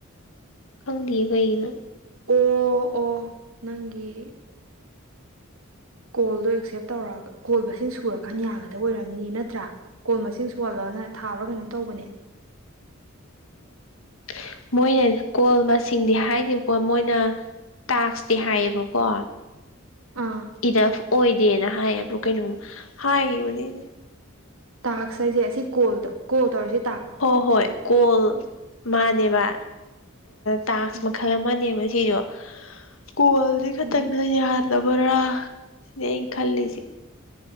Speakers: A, on the left (about 70°); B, on the right (about 80°).
A: ꯈꯪꯗꯌꯦ ꯀꯩꯒꯤꯅꯣ
B: ꯑꯣ ꯑꯣ ꯅꯪꯒꯤ ꯀꯣꯜꯗꯣ ꯑꯦꯛꯁꯦꯞ ꯇꯧꯔ ꯀꯣꯜ ꯃꯁꯤꯡ ꯁꯨꯔꯀꯥꯟ ꯌꯥꯒꯗꯕ ꯑꯣꯏꯔꯝꯅꯤ ꯅꯠꯇ꯭ꯔꯥ ꯀꯣꯜ ꯃꯁꯤꯡ ꯁꯨꯍꯜꯂ ꯅ ꯊꯥꯕ꯭ꯔꯥ ꯀꯩꯅꯣꯝ ꯇꯧꯕꯅꯦ
A: <inaudible> ꯃꯣꯏꯅ ꯀꯣꯜ ꯃꯁꯤꯡꯗꯤ ꯍꯥꯏꯗꯕꯀꯣ ꯃꯣꯏꯅ ꯇꯥꯛꯁꯇꯤ ꯍꯥꯏꯌꯦꯕꯀꯣ
B: ꯑꯥ
A: ꯏꯗꯐ ꯑꯣꯏꯗꯦꯅ ꯍꯥꯏꯌꯦꯕ ꯀꯩꯅꯣꯝ ꯍꯥꯏꯈꯤꯕꯅꯦꯅꯦ
B: ꯇꯥꯁꯁꯦ ꯁꯤ ꯀꯣꯜ ꯀꯣꯜ ꯇꯧꯔꯁꯤ
A: ꯍ ꯍꯣꯏ ꯀꯣꯜ ꯃꯥꯅꯦꯕ ꯇꯥꯡꯁ
B: ꯎꯝ
A: ꯃꯈꯜ ꯑꯃꯅꯦꯕ ꯁꯤꯁꯨ ꯀ꯭ꯀꯣꯜꯗꯤ ꯈꯛꯇꯪꯅ
B: ꯎꯝ
A: ꯌꯥꯗꯕꯔꯥ ꯁꯤꯅꯦ ꯑꯩꯅ ꯈꯜꯂꯤꯁꯦ